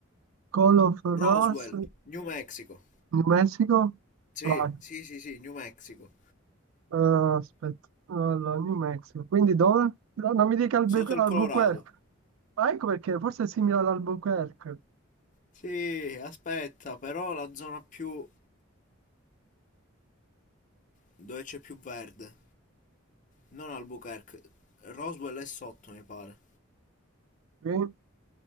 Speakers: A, on the right; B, on the left.
A: Call of Ross,
B: Roswell, New Mexico.
A: New Mexico?
B: Sì,
A: Vai,
B: sì, sì, sì, New Mexico.
A: Eh, aspetta, allora, New Mexico. Quindi dove? No, non mi dica Albu-
B: Sotto il
A: Albuquerque.
B: Colorado.
A: Ah, ecco perché, forse è simile ad Albuquerque.
B: Sì, aspetta, però la zona più dove c'è più verde, non Albuquerque. Roswell è sotto, mi pare.
A: Quindi,